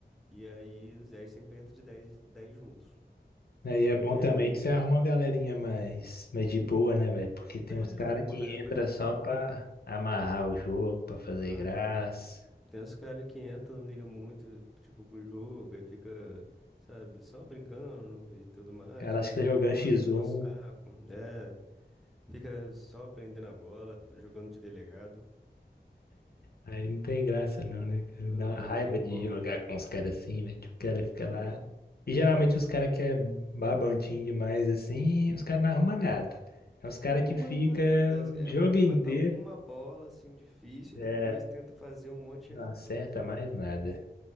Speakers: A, in the centre; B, on the left (about 60°).
A: E aí os 10 sempre entram de 10 10 juntos.
B: Aí
A: Só
B: é bom
A: que
B: também
A: aí,
B: que você arruma uma galerinha mais, mais de boa, né, velho? Porque tem
A: é,
B: uns caras
A: arruma
B: que
A: a galera
B: entra
A: pra jogar
B: só
A: junto.
B: pra amarrar o jogo, pra fazer
A: Ah,
B: graça.
A: é, cara. Tem uns caras que entram, não liga muito, tipo, pro jogo, aí fica, sabe, só brincando e tudo mais,
B: Cara,
A: ou
B: acho
A: então
B: que tá jogando
A: é um,
B: X1.
A: é um pé no saco, né? Fica só prendendo a bola, jogando de delegado.
B: Aí não tem graça não, né, cara?
A: Não,
B: Dá uma
A: aí
B: raiva
A: não tem
B: de
A: como.
B: jogar com os caras assim, velho. Tipo, o cara fica
A: Pô,
B: lá. E geralmente os caras que é babantinho demais assim, os caras não arrumam nada. É os caras
A: não arruma
B: que fica
A: nada.
B: o
A: É
B: jogo
A: o cara que
B: inteiro,
A: mata uma bola, assim, difícil,
B: é,
A: e depois tenta fazer um monte
B: não
A: e erra
B: acerta
A: todas.
B: mais nada.